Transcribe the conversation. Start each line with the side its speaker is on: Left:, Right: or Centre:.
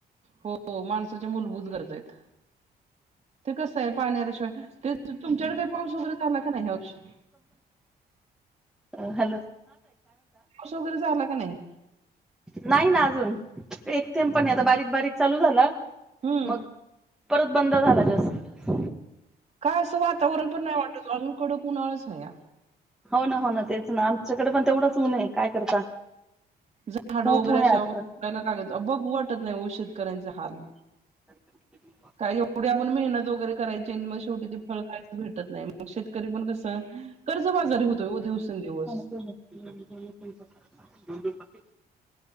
Right: हो माणसाच्या मूलभूत गरजा आहेत. ते कसं आहे पाण्याशिवाय ते तुमच्याकडे काही पाऊस वगैरे झाला का नाही ह्यावर्षी
Centre: अ हॅ
Right: असं वगैरे झाला का नाही?
Centre: नाही ना अजून एकथेमपणी आता बारीक बारीक चालू झाला.
Right: हम्म
Centre: मग परत बंद झाला जास्त
Right: का असं वातावरण पण नाही वाटत अजून कडक उणाळच आहे या
Centre: हो ना हो ना तेच ना आमच्याकडे पण तेवढंच होऊ नये काय करता.
Right: जर झाड
Centre: खूप
Right: वगैरे
Centre: ऊन आहे आज
Right: अ औयला
Centre: तर
Right: लागत बघ वाटत नाही औषध कयचे हाल
Centre: ह
Right: काय एवढी आपण मेहनत वगैरे करायची, मग शेवटी ते फळ काहीच भेटत नाही मग शेतकरी पण कसं कर्जबाजारी
Centre: <unintelligible>
Right: होतोय ओ दिवसेंदिवस.